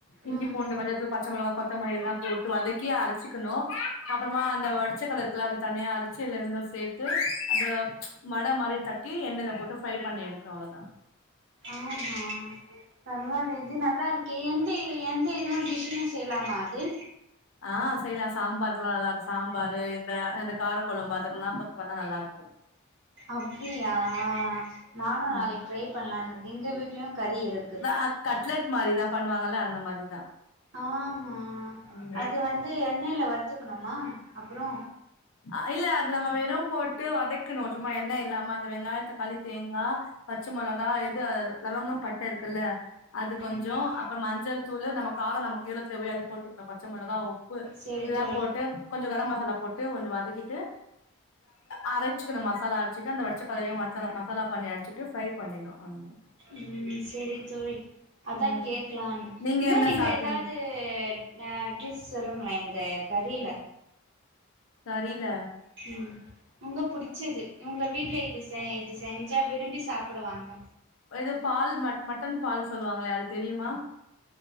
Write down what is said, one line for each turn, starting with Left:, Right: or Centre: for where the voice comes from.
Left: இஞ்சிபூண்டு
Right: ம்
Left: மஞ்சத்தூள் பச்சமிளகா கொத்தமல்லி எல்லா போட்டு வதக்கி அரைச்சிக்கணு அப்றமா அந்த ஓடைச்சகள்ள இருக்குல்ல அது தனியா அரைச்சு ரெண்டு சேத்து அத வட மாரி தட்டி எண்ணெல போட்டு ஃப்ரை பண்ணி எடுக்கனு அவ்ளோதா
Right: ஆ ஹா பரவாலையே இது நல்லாருக்கே எந்த எந்த இதுலு டிஷ்லு செய்யலாமா அது
Left: ஆ செய்யலா சாம்பார்க்கெல்லா நல்லாருக்கு சாம்பாரு இந்த இந்த காரக்குழம்பு அதுக்கெல்லா கொஞ்சோ பண்ணா நல்லாருக்கு
Right: அப்டியா நானு
Left: ம்
Right: நாளைக்கு ட்ரை பண்ணலான்னுக்க எங்க வீட்லயு கறி இருக்கு
Left: ஆ கட்லட் மாரிலா பண்ணுவாங்கல்ல அந்த மாரிதா
Right: ஆஹா
Left: ம்
Right: அது வந்து எண்ணெயில வருத்துக்கணுமா அப்றோ
Left: அ இல்ல அத நம்ம வெறு போட்டு வதக்கணு சும்மா என்ன இல்லாமா அந்த வெங்காயோ தக்காளி தேங்கா பச்சமொளகா எது லவங்கம் பட்ட இருக்குல்ல அது கொஞ்சோ
Right: ம்
Left: அப்றோ மஞ்சள் தூளூ நமக் காரோ நமக் எவ்ளோ தேவைையோ அது போட்டுக்கணு பச்சமிளகா உப்பு
Right: செரி
Left: எல்லா
Right: தோழி
Left: போட்டு கொஞ்சோ கரம் மசாலா போட்டு கொஞ்சோ வதக்கிட்டு அரைச்சிக்கனு மசாலா அரைச்சுிட்டு அந்த வடச்சக்கலையு மசாலா மசாலா பண்ணி அடிச்சிட்டு ஃப்ரை பண்ணிர்னு அவ்ளோதா
Right: ம் செரி தோழி அதா
Left: ம்
Right: கேக்கலான்னு இன்னு
Left: என்ன
Right: நீங்க
Left: சாப்ட்டீங்க
Right: ஏதாது அ டிஸ் சொல்லுங்ளே இந்த கறில
Left: கறில
Right: ம் உங்க புடிச்சது உங்க வீட்ல இது செ த இது செஞ்சா விரும்பி சாப்படுவாங்க
Left: எது ஃபால் மட்டன் ஃபால் சொல்லுவாங்கல்ல அது தெரியுமா